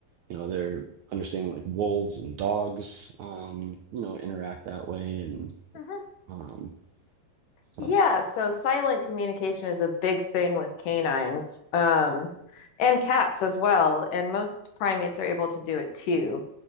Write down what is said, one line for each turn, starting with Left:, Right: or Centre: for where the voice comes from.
Right: you know they're understanding like wolves and dogs um you know interact that way and
Left: hmm
Right: um so
Left: Yeah, so silent communication is a big thing with canines, um, and cats as well, and most primates are able to do it too.